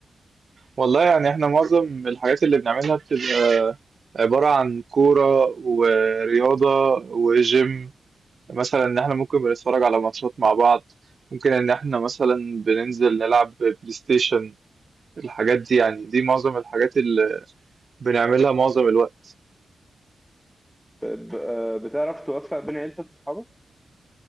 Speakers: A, on the right; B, in the centre.
A: والله يعني احنا معظم الحاجات اللي بنعملها بتبقى عبارة عن كورة ورياضة وجيم مثلا ان احنا ممكن بنتفرج على ماتشات مع بعض ممكن ان احنا مثلا بننزل نلعب بلاي ستيشن الحاجات دي يعني دي معظم الحاجات اللي بنعملها معظم الوقت
B: ب- آه، بتعرف توفق بين عيلتك واصحابك